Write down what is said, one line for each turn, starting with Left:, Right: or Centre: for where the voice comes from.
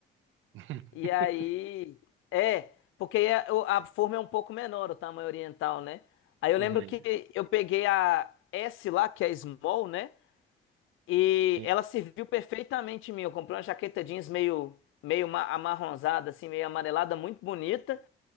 Right: <laughs>
Left: E aí, é, porque a, o- a forma é um pouco menor, o tamanho oriental, né? Aí eu
Right: Uhum.
Left: lembro que eu peguei a S lá, que é small, né? E
Right: Sim.
Left: ela serviu perfeitamente em mim. Eu comprei uma jaqueta jeans meio, meio ma- amarronzada, assim, meio amarelada, muito bonita.